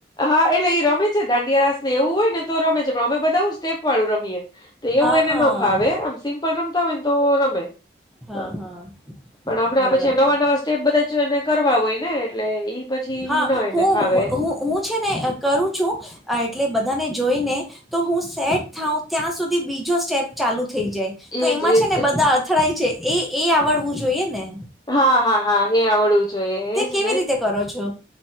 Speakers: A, on the left; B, in the centre.
A: હા એટલે ઈ રમે છેન દાંડિયા રાસ ને એવું હોય ને તો રમે છે પણ અમે બધા હું સ્ટેપ વાળું રમીએ તો એવું
B: હા,
A: એને
B: હા.
A: ન ફાવે એમ. સિમ્પલ રમતા હોય ન તો રમે
B: હા,
A: હ
B: હા.
A: પણ હમણાં
B: બરાબર.
A: પછી નવા નવા સ્ટેપ બધા એને કરવા હોય ને એટલે ઈ પછી
B: હા
A: ન એને
B: હું
A: ફાવે.
B: હું છે ને કરું છું અ એટલે બધાને જોઈને તો હું સેટ થાઉ ત્યાં સુધી બીજો સ્ટેપ ચાલુ થઈ જાય. તો
A: એજ
B: એમાં
A: એજ
B: છે ને બધા અથડાય છે એ એ આવડવું જોઈએ ને.
A: હા હા હા એ આવડવું જોઈએ
B: તે
A: એજ
B: કેવી
A: ને.
B: રીતે કરો છો?